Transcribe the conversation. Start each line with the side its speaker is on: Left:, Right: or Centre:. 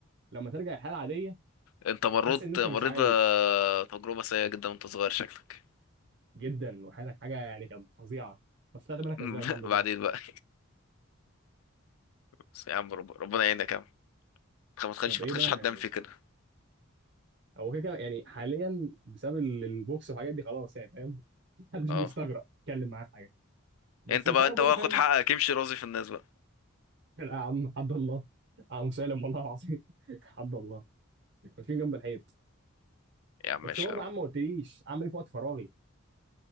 Right: لما ترجع الحياه العاديه
Left: انت مريت
Right: بتحس ان انت
Left: مريت
Right: مش عايش
Left: بتجربة سيئة جدا وانت صغير شكلك
Right: جدا وحياتك حاجه يعني كانت فظيعه بس طلعت منها
Left: <laughs>
Right: كسبان الحمد لله
Left: بعدين بقى بس يا عم رب... ربنا يعينك يا عم خ- ما تخليش
Right: طب ايه
Left: ما تخليش
Right: بقى
Left: حد يعمل فيك كده
Right: هو كده كده يعني حاليا بسبب ال- البوكس والحاجات دي خلاص يعني فاهم <laughs> محدش
Left: اه
Right: بيستجرأ يتكلم معاه في حاجه بس
Left: انت
Right: مش
Left: بقى
Right: عارف
Left: انت
Right: برضه
Left: بقى
Right: فاهم
Left: خد حقك امشي راضي في الناس بقى
Right: <laughs> يا عم حد الله يا عم سالم والله العظيم <laughs> حد الله واقفين جنب الحيط
Left: يا عم
Right: بس
Left: ماشي
Right: برضه
Left: يا عم
Right: يا عم ما قلتليش اعمل ايه في وقت فراغي